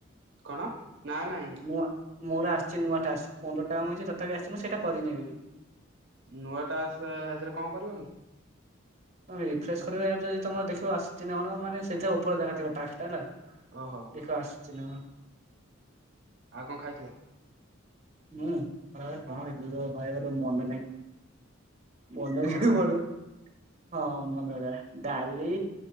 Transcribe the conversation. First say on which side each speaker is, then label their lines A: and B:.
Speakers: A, on the right (about 60°); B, on the right (about 35°).
A: କଣ ନା ନାଇଁ।
B: ନୂଆ ମୋର ଆସଚି ନୂଆ ଟାକ୍ସ ପନ୍ଦରଟା ମୁଁଇଚି ତଥାପି ଆସଚି ମୁଁ ସେଇଟା କରିନି ଏବେବି।
A: ନୂଆ ଟାସ୍କ ହେଥିରେ କଣ କରିବ କି?
B: ତମେ ରିଫ୍ରେସ କରିବ ଆପ୍ ଯଦି ତମର ଦେଖିବ ଆସଚି ନା କଣ ମାନେ ସେଥିରେ ଓପରେ ଦେଖାଯିବ ଟାକ୍ସଟା ହେଲା।
A: ଓହୋ
B: ଦେଖିବ ଆସୁଚି ନା କଣ।
A: ଆଉ କଣ ଖାଇଥିଲ?
B: ମୁଁ ଖରାବେଳେ
A: ହଁ
B: କଣ ଖାଇଥିଲି ତ ଭାଇ ମୋର ମନେ ନାଇ। ମନେ
A: କଣ
B: ହିଁ ପଡୁନି। ହଁ ମନେ ପଇଲା ଡାଲି